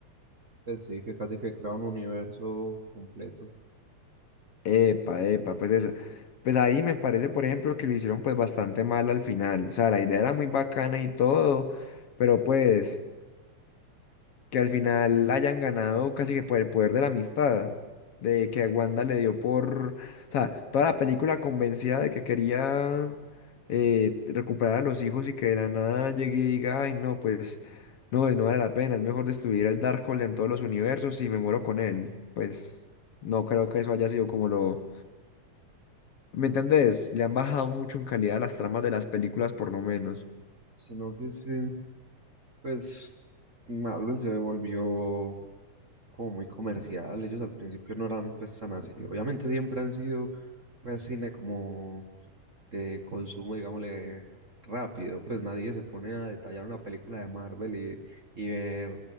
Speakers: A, on the right (about 35°); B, on the left (about 60°).
A: Pues sí, que casi que crea un universo completo.
B: Epa, epa, pues eso. Pues ahí me parece, por ejemplo, que lo hicieron pues bastante mal al final. O sea, la idea era muy bacana y todo, pero pues... que al final hayan ganado casi que por el poder de la amistad, de que a Wanda le dio por, o sea, toda la película convencida de que quería eh, recuperar a los hijos y que de la nada llegue y diga, ay, no, pues no, pues, no vale la pena, es mejor destruir el Darkhold en todos los universos y me muero con él. Pues no creo que eso haya sido como lo... ¿Me entendés? Le han bajado mucho en calidad a las tramas de las películas, por lo menos.
A: Sino que sí, pues Marvel se volvió como muy comercial. Ellos al principio no eran pues tan así. Obviamente siempre han sido pues cine como de consumo, digámosle, rápido. Pues nadie se pone a detallar una película de Marvel y, y ver